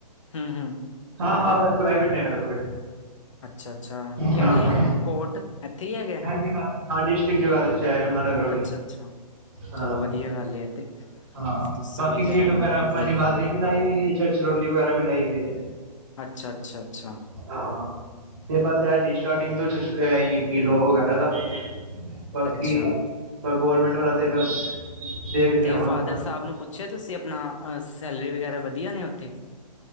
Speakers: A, on the left; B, on the right.
A: ਹਮ ਹ
B: ਹਾਂ-ਹਾਂ ਪ੍ਰਾਈਵੇਟ ਨੇ ਐਡਵੋਕੇਟ
A: ਅੱਛਾ ਅੱਛਾ ਕਿਹੜੇ
B: ਹਾਂ ਹਾਂ
A: ਕੋਟ ਇੱਥੇ ਹੀ ਹੈਗੇ
B: ਇਹ ਹਾਂ ਡਿਸਟ੍ਰਿਕਟ ਜਗਾਦਰੀ ਚ ਯਮੁਨਾਾਨਗਰ ਵਾਲੀ
A: ਅੱਛਾ ਅੱਛਾ
B: ਹਾਂ।
A: ਚਲੋ ਵਧੀਆ ਗੱਲ ਹੈ ਤੇ
B: ਹਾਂ
A: ਤੁਸੀਂ
B: ਬਾਕੀ
A: ਵੀ ਫਿਰ
B: ਸੀਟ
A: ਐਡਵੋਕੇਟ
B: ਵਗੈਰਾ ਆਪਾਂ
A: ਦਾ
B: ਜਗਾਦਰੀ
A: ਹੀ ਕਰੋ
B: ਵੀ ਲਾਈ ਹੋਈ ਏ ਛਛਰੋਲੀ ਵਗੈਰਾ ਵੀ ਲਾਈ ਹੋਈ ਏ।
A: ਅੱਛਾ-ਅੱਛਾ-ਅੱਛਾ
B: ਹਾਂ ਤੇ ਬਸ ਐ ਰੀ ਸਟਾਰਟਿੰਗ ਤੋਂ ਕਿ ਲੋ ਵਗੈਰਾ ਦਾ। ਬਾਕੀ,
A: ਅੱਛਾ
B: ਗ ਗੌਰਮੈਂਟ ਵਾਲਾ ਤੇ ਬਸ ਦੇਖਦੇ
A: ਤੇ
B: ਹਾਂ ਹੁਣ
A: ਫਾਦਰ
B: ਆਪਾਂ
A: ਸਾਬ ਨੂੰ ਪੁੱਛਿਆ ਤੁਸੀਂ ਆਪਣਾ ਸੈਲਰੀ ਵਗੈਰਾ ਵਧੀਆ ਨੇ ਉੱਥੇ?